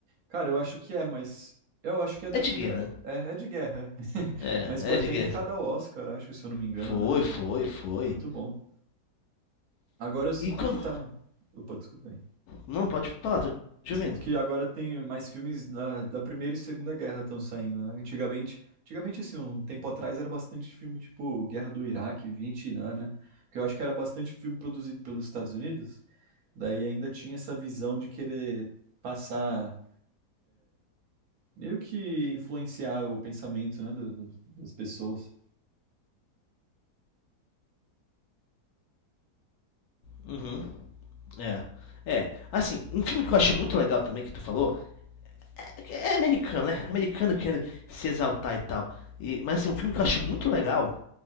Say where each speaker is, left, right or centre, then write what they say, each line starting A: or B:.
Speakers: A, on the right; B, on the left.
A: Cara, eu acho que é, mas. Eu acho que é da
B: É
A: primeira.
B: de guerra, né?
A: É, é de guerra.
B: É,
A: é. <laughs> Mas foi
B: é
A: até
B: de guerra.
A: indicado ao Oscar, acho, se eu não me engano,
B: Foi,
A: né?
B: foi, foi.
A: Muito bom. Agora eu sinto
B: E quando.
A: que tá. Opa, desculpa aí.
B: Não, pode falar, tô te
A: Eu sinto
B: ouvindo.
A: que agora tem mais filmes da, da Primeira e Segunda Guerra estão saindo, né? Antigamente, antigamente, assim, um tempo atrás era bastante filme tipo Guerra do Iraque, Vietnã, né? Porque eu acho que era bastante filme produzido pelos Estados Unidos. Daí ainda tinha essa visão de querer passar, meio que influenciar o pensamento, né, do- do- das pessoas.
B: Uhum. É. É. Assim, um filme que eu acho muito legal também que tu falou. É, que é americano, né? Americano querendo se exaltar e tal. E, mas assim, um filme que eu acho muito legal.